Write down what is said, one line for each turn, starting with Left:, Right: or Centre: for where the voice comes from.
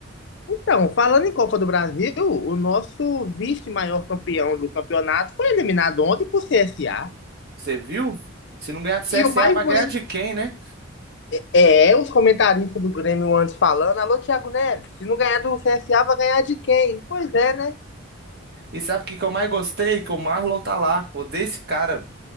Left: Então, falando em Copa do Brasil, o nosso vice-maior campeão do campeonato foi eliminado ontem por CSA.
Right: Você viu? Se não ganhar do CSA,
Left: E o mais
Right: vai
Left: bonito
Right: ganhar de quem, né?
Left: é os comentaristas do Grêmio antes falando: Alô, Thiago Neves, se não ganhar do CSA, vai ganhar de quem? Pois é, né?
Right: E sabe o que que eu mais gostei? Que o Marlon tá lá. Odeio esse cara.